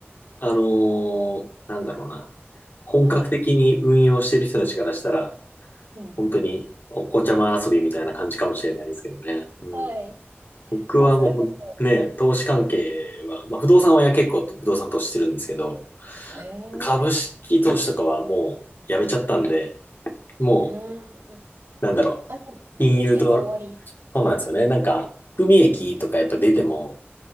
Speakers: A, on the left (about 50°); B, on the right (about 80°).
A: あのーなんだろうな。本格的に運用してる人たちからしたら、
B: はい。うん。
A: 本当にお子ちゃま遊びみたいな感じかもしれないですけどね。うん。
B: はい。
A: 僕はもうね、
B: でもそれこそ、
A: 投資関係は、
B: うん。
A: まあ不動産はや結構不動産投資してるんですけど、
B: ええ
A: 株式投資とかはもうやめちゃったんで、
B: はい。
A: も
B: うん。
A: う、なんだろう、
B: あ、
A: 金融と、
B: 経験が終わり。
A: そうなんですよね。なんか、含み益とかやっぱ出ても、